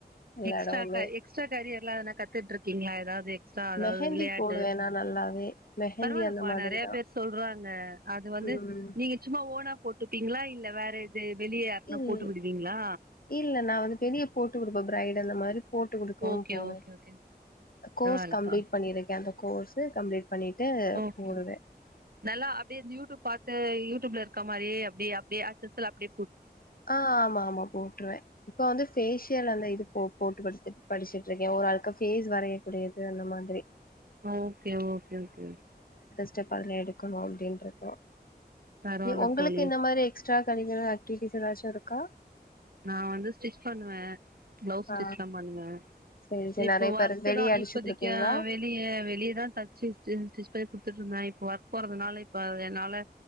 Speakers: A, on the left; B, on the right.
A: எல்லா
B: எக்ஸ்ட்ரா
A: எடமுமே
B: கரி எக்ஸ்ட்ரா கரியர் லா எதுனா கத்துட்ருக்கீங்களா ஏதாவது எக்ஸ் ட்ரா எதாவது
A: மெஹந்தி
B: விளையாட்டு
A: போடுவே நா நல்லாவே மெஹந்தி
B: பரவால்லப்பா
A: அந்த மாதிரிதா
B: நெறைய பேர் சொல்றாங்க அது வந்து
A: ம்
B: நீங்க சும்மா ஓனா போட்டுப்பீங்களா இல்ல வேற இது வெளிய யாருக்குனா
A: இல்ல
B: போட்டு விடுவீங்களா
A: இல்ல நா வந்து வெளிய போட்டு விடுவே பிரைடு இந்த மாரி போட்டு குடுக்கவு
B: ஓகே
A: போவே
B: ஓகே ஓகே
A: கோர்ஸ்
B: பரவால்லப்பா
A: கம்ப்ளீட் பண்ணிருக்கே அந்த கோர்ஸ் கம்ப்ளீட் பண்ணிட்டு
B: ஓகே
A: போடுவே
B: ஓகே நல்லா அப்டியே இந்த யூடியூப் பாத்து யூடியூப்ல இருக்க மாரியே அப்படி அப்படி அச்சசல் அப்படி
A: ஆ ஆமா ஆமா போட்ருவே இப்ப வந்து ஃபேஷியல் அந்த இது போ போட்டு ஃபஸ்ட்டு படிச்சுட்டு இருக்கே ஒரு ஆளுக்கு ஃபேஸ் வரயக்கூடியது அந்த மாதிரி
B: okay okay okay okay
A: check பண்ணி எடுக்கணு அப்டின்றதா
B: பரவால்ல
A: உங்களுக்கு
B: தோழி
A: இந்த மாரி எக்ஸ்ட்ரா கரிக்குலர் டி டி ஸ் ஏதாச்சு இருக்கா
B: நா வந்து ஸ்டிச் பண்ணுவே பிளவுஸ் ஸ்டிச்லா
A: ஆ
B: பண்ணுவே
A: செரி செரி
B: இப்போ
A: நெறைய பேரு
B: ஒர்க்
A: வெளிய
B: தா
A: அடிச்சு
B: இப்பதைக்கு
A: குடுப்பீங்களா
B: வெளிய வெளியேதா தச்சு ஸ்டி ஸ்டிச் பண்ணி குடுத் துட்டுருந்தே இப்ப ஒர்க் போறதுனால இப்ப அத என்னால